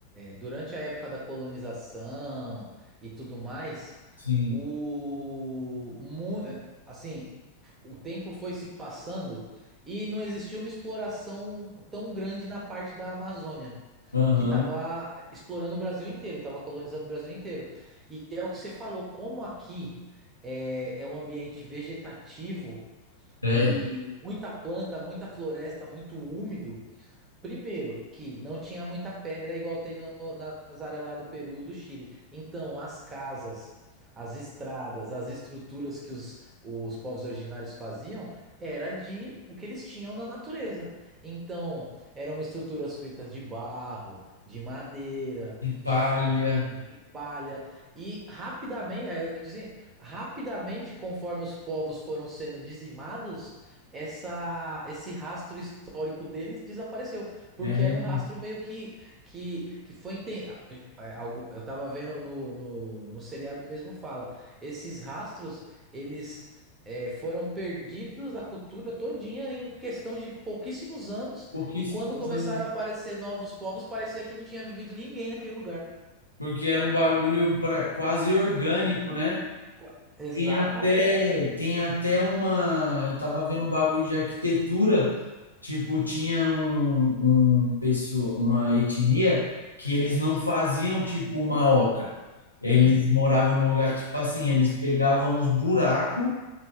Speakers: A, on the right; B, on the left.
A: durante a época da colonização e tudo mais,
B: Sim.
A: o mu- assim, o tempo foi se passando e não existiu uma exploração tão grande na parte da Amazônia,
B: Aham.
A: que tava explorando o Brasil inteiro, tava colonizando o Brasil inteiro. E é o que você falou, como aqui é, é um ambiente vegetativo
B: É.
A: e muita planta, muita floresta, muito úmido. Primeiro, que não tinha muita pedra igual tem no- nas áreas lá do Peru, do Chile. Então, as casas, as estradas, as estruturas que os, os povos originários faziam era de o que eles tinham na natureza. Então, eram estruturas feitas de barro, de madeira,
B: De
A: de,
B: palha.
A: f- de, de palha. E rapidamente, aí eu que dizer, rapidamente, conforme os povos foram sendo dizimados, essa, esse rastro histórico deles desapareceu. Porque
B: É.
A: era um rastro meio que que, que foi enten- é, algo eu tava vendo no, no, no seriado mesmo fala, esses rastros eles é, foram perdidos da cultura todinha em questão de pouquíssimos anos
B: Pouquíssimos
A: e quando começaram
B: anos. né?
A: a aparecer novos povos parecia que não tinha vivido ninguém naquele lugar.
B: porque era um bagulho pra, quase orgânico, né?
A: Co- Exatamente.
B: Tem até, tem até uma. Eu tava vendo um bagulho de arquitetura, tipo, tinha um, um pessoa, uma etnia que eles não faziam tipo uma oca. Eles
A: Hum.
B: moravam num lugar que, tipo assim, eles pegavam os buracos